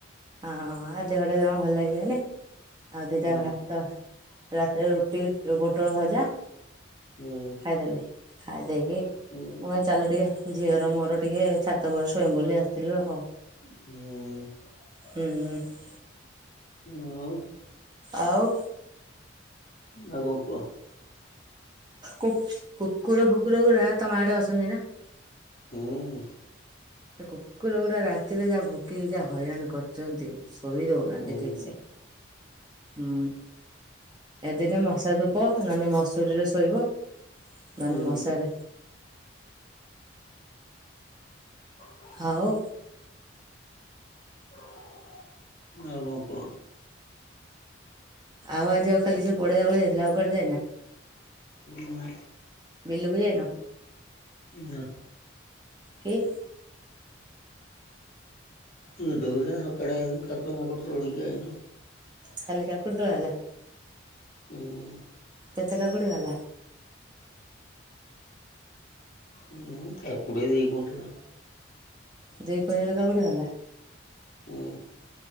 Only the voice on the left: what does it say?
ହଁ
ହୁଁ
ହୁଁ
ହୁଁ।
ଆଉ
ଆଉ କଣ କୁହ?
ହୁଁ।
ହୁଁ
ହୁଁ
<unintelligible>
ଆଉ କଣ କୁହ।
ନା
ନା।
ଉଁ ଦଉଛୁ ନା ସକାଳେ ହେଇଗଲାଣି କାକୁଡି, ମାକୁଡି ତୋଳିକି ଆଇନି।
ହୁଁ।
ହୁଁ କାକୁଡି ଦି କୁଇଂଟାଣା।
ହୁଁ।